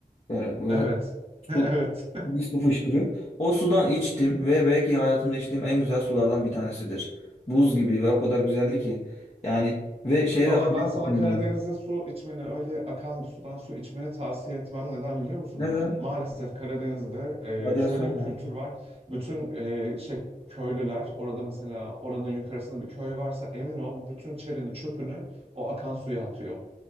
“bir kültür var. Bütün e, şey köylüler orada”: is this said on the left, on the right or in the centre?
Right